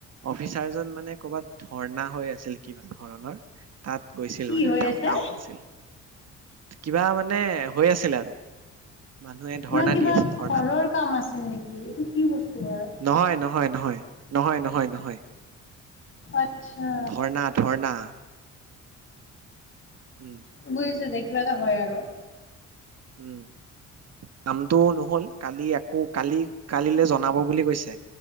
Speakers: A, on the right; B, on the left.
A: অফিচাৰজন মানে ক'বাত ধৰ্ণা হৈ আছিল। কিবা ধৰণৰ। তাত গৈছিল
B: কি
A: মানে
B: হৈ
A: তেওঁ
B: আছে
A: কাম আছিল কিবা মানে। মানে। হৈ আছিল আৰু মানুহে ধৰ্ণা
B: বা কিবা
A: দি আছিল ধৰ্ণা।
B: ঘৰৰ কাম নেকি এইটো কি বস্তু হয়।
A: নহয় নহয় নহয় নহয় নহয় নহয়।
B: আচ্ছা।
A: ধৰ্ণা ধৰ্ণা উম
B: বুজিছা যে কিবা এটা হয় আৰু।
A: উম কামটো নহল কালি আকৌ কালি কালিলৈ জনাব বুলি কৈছে।